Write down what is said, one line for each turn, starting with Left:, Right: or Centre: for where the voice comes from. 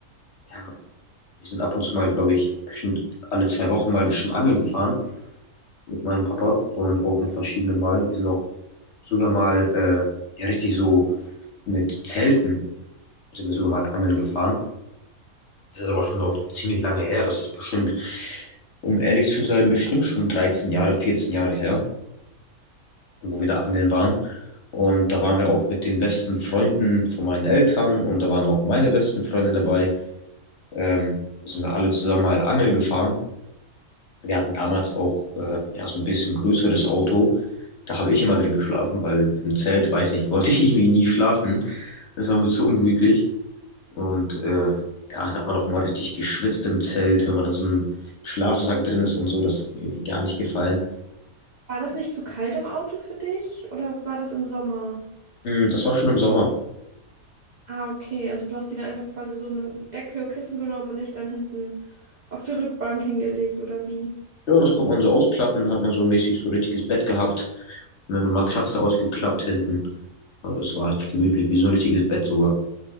Left: ja, wir sind ab und zu mal, glaube ich, bestimmt alle zwei Wochen mal bestimmt angeln gefahren mit meinem Papa und auch mit verschiedenen Mal. Wir sind auch sogar mal äh, ja richtig so mit Zelten sind wir sogar mal angeln gefahren. Das ist aber schon auch ziemlich lange her. Das ist bestimmt, um ehrlich zu sein, bestimmt schon 13 Jahre, 14 Jahre her, wo wir da angeln waren. Und da waren wir auch mit den besten Freunden von meinen Eltern und da waren auch meine besten Freunde dabei. Ähm, sind wir alle zusammen mal angeln gefahren. Wir hatten damals auch äh, ja, so ein bisschen größeres Auto. Da habe ich immer drin geschlafen, weil im Zelt, weiß nicht, wollte ich irgendwie nie schlafen. Das war mir zu ungemütlich. Und äh, ja, da hat man auch mal richtig geschwitzt im Zelt, wenn man in so einem Schlafsack drin ist und so. Das hat mir irgendwie gar nicht gefallen.
Right: War das nicht zu kalt im Auto für dich oder war das im Sommer?
Left: Hm, das war schon im Sommer.
Right: Ah, okay. Also du hast dir da einfach quasi so eine Decke, Kissen genommen und dich dann hinten auf die Rückbank hingelegt oder wie?
Left: Ja, das konnte man so ausklappen, hat man so mäßig so ein richtiges Bett gehabt. Und dann eine Matratze ausgeklappt hinten. Also es war eigentlich gemütlich, wie so ein richtiges Bett sogar.